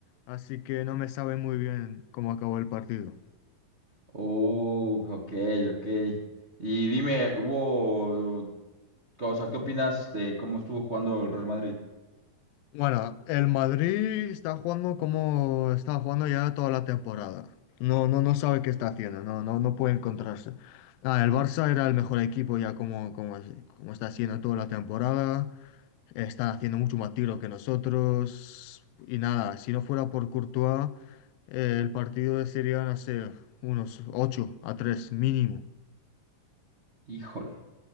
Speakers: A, on the left; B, on the right.
A: así que no me sabe muy bien cómo acabó el partido.
B: Uh, ok, ok. Y dime, hubo, o sea, ¿qué opinas de cómo estuvo jugando el Real Madrid?
A: Bueno, el Madrid está jugando como está jugando ya toda la temporada. No, no, no sabe qué está haciendo, no, no, no puede encontrarse. Nada, el Barça era el mejor equipo ya como, como, como está haciendo toda la temporada. están haciendo mucho más tiro que nosotros. Y nada, si no fuera por Courtois, eh, el partido sería, no sé, unos 8 a 3 mínimo.
B: Híjole.